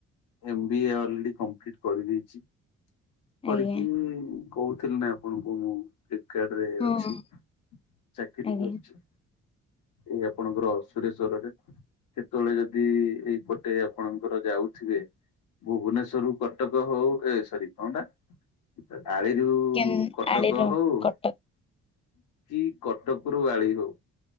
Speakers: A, on the left; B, on the left.
A: ଏମବିଏ ଅଲରେଡି କମ୍ପ୍ଲିଟ କରିଦେଇଛି। କରିକି
B: ଆଜ୍ଞା
A: କହୁଥିଲି ନା ଆପଣଙ୍କୁ ମୁଁ। ଫ୍ଲିପକାର୍ଡ ରେ
B: ହଁ
A: ଅଛି, ଚାକିରି
B: ଆଜ୍ଞା।
A: କରିଛି। ଏଇ ଆପଣଙ୍କର ସୁରେଶ୍ଵରରେ। କେତେବେଳେ ଯଦି ଏଇପଟେ ଆପଣଙ୍କର ଯାଉଥିବେ ଭୁବନେଶ୍ଵର ରୁ କଟକ ହଉ, ଏ ସରି କଣ ଟା? ଆଳିରୁ
B: କେନ୍
A: କଟକ
B: ଆଳିର
A: ହଉ
B: କଟକ
A: କି କଟକରୁ ଆଳି ହଉ,